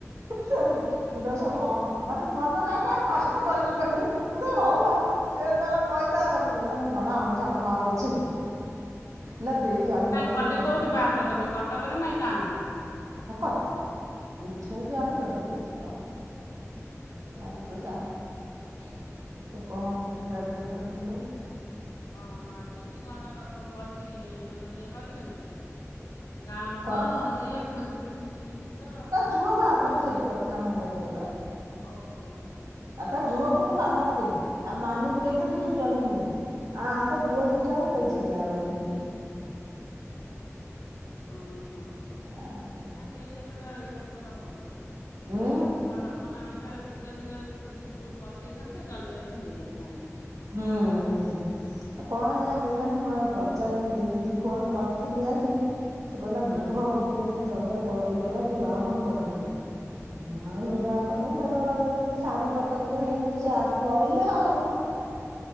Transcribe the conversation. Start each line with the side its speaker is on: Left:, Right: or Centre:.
Right: ଚାଲୁ। ମୁଁ ତାକୁ ସବୁ ହଁ ମ ମାନେ ମନ କାହିକି ତାର କଷ୍ଟ କରିବି କହିଲୁ ମୁଁ କହିଲି ହଉ ଆଉ। ସେ ତାର କହିଥାନ୍ତା ମୁଁ କହିଲି ମଲା ଅଇଁଠା କଣ ଆଉ ଅଛି। ନା ଦେଇ ଜାଣିବନି
Left: କଲେ
Right: ତୁ ମରି
Left: କୋଉଠି ବାହାଘର କରିବେ କଟକରେ ନା ଗାଁ ରେ।
Right: ହଁ କଟକରେ ଇଠେ କେଆଣି ଆଇଲୋ ବୋପା। ଗାଡ଼ି ପଇସା ଏତେକଣ ଗୁଣିଗାରିଡି କରିଦେଲେ।
Left: ଓହୋ ଚିଟି କଣ ତାଙ୍କର ସବୁ ଅଛି ମାନେ ଇଏ କରିଚନ୍ତି। ଗାଁ ଲୋକ
Right: କର
Left: ଇଏ ଖୋଜିବେନି ଏମିତି ତ
Right: ପୁଅ ବାହାଘରେ ସେଇଠି କରିଥିଲା ମଣ୍ଡପରେ ବା।
Left: ଓହୋ ହୋ।
Right: ଆଉ ତା ଝୁଅକୁ ମୁଁ କାନର ଦେଇଥିଲି ଆଉ ମାନୁକୁ ଦେଇଥିଲି ସେ ଜୁଆଁଇ କୁ ମୁଦି। ଆ ଆଙ୍କ ପୁଅ ଦିଇଟାକୁ କିଛି ଦିଆ ହବନି।
Left: ହଁ ହଁ
Right: ଆଉ
Left: ହେଇଯାଇଥାନ୍ତା ହେଇଯାଇଥାନ୍ତା ଭଲ।
Right: ଉଁ
Left: ହାର ମା ନାଇ ଛେ ଶୀଘ୍ର ଶୀଘ୍ର ଯଦି ଖୋଜିକିରି କୋଉଠି କରିଦେଇଥାନ୍ତେ ଜଲଦି ଜଲଦି ହେଇଯାଇଥାନ୍ତା।
Right: ହଁ ହଁ। ଆ କଣ ହେଲା କେଜାଣି ମୁଁ ଆଉ ପଚାରିନି ଦେଇ କତିକି ଫୋନ କରିଥିଲି ଆଜି। ସେ କହିଲା
Left: ହଁ
Right: ମେଘ ଉଠେଇଚି ଜବର୍ ବ ଇଏ କହିଲା ତୁ ରଖ ମୁ ପରେ କରିବି। ମୁଁ ଆଉ
Left: ହଁ
Right: ସେଠୁ ଆଉ କରିନି ମେଘ ଘଡ଼ଘଡ଼ି ରେ ସିଆଡୁ କଟକରୁ ହଇକି ସିଆଡୁ କୁ ଅଇଲା ଆଉ।